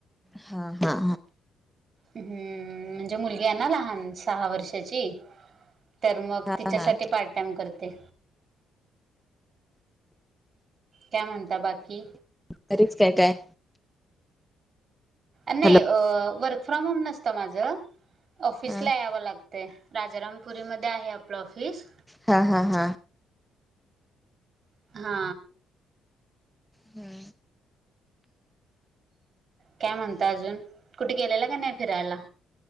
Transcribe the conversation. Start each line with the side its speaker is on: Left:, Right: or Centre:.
Centre: हा हा
Right: हम्म, म्हणजे मुलगी आहे ना लहान सहा वर्षाची तर मग
Centre: हा
Right: तिच्यासाठी
Centre: हा
Right: पार्ट टाइम करते. कय म्हणता बाकी?
Centre: घरीच काय काय?
Right: नाही
Centre: हॅलो
Right: वर्क फ्रॉम होम नसतं माझं ऑफिसला
Centre: हा
Right: यावं लाग तय राजारामपुरीमध्ये आहे आपलं ऑफिस
Centre: हा हा हा
Right: हा
Centre: हम्म
Right: काय म्हणता अजून कुठे गेलेला का नाही फिरायला?